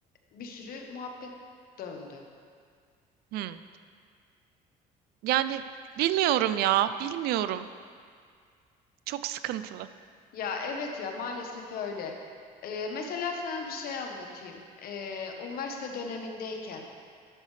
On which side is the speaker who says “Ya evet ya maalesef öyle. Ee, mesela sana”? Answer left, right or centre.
Left